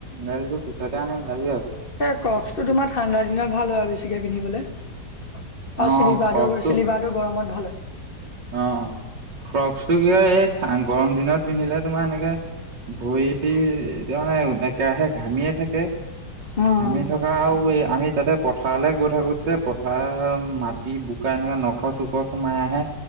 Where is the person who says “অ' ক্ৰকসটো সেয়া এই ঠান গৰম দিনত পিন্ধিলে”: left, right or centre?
Right